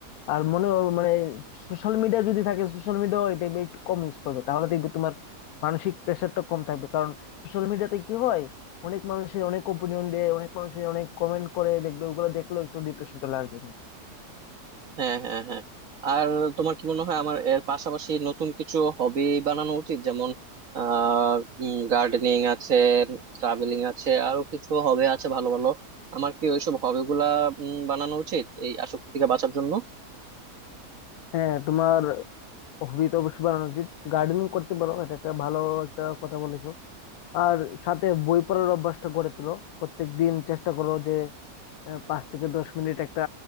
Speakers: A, on the left; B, on the right.
A: আর মনে মানে সোশ্যাল মিডিয়া যদি থাকে সোশ্যাল মিডিয়া দেখবে একটু কম ইউজ করবে তাহলে দেখবে তোমার মানসিক প্রেশারটা কম থাকবে কারণ সোশ্যাল মিডিয়াতে কি হয় অনেক মানুষের অনেক ওপিনিয়ন দেয় অনেক মানুষের অনেক কমেন্ট করে দেখবে ওগুলো দেখলেও একটু ডিপ্রেশন চলে আসবে তোমার
B: হ্যাঁ হ্যাঁ হ্যাঁ আর তোমার কি মনে হয় আমার এর পাশাপাশি নতুন কিছু হবি বানানো উচিত যেমন আহ গার্ডেনিং আছে ট্রাভেলিং আছে আরো কিছু হবি আছে ভালো ভালো আমার কি ওইসব হবি গুলা উম, বানানো উচিত এই আসক্তি থেকে বাঁচার জন্য
A: হ্যাঁ তোমার হবি তো অবশ্যই বানানো উচিত গার্ডেনিং করতে পারো এটা একটা ভালো একটা কথা বলেছো আর সাথে বই পড়ার অভ্যাসটা গড়ে তোলো প্রত্যেকদিন চেষ্টা করো যে আহ, পাঁচ থেকে দশ মিনিট একটা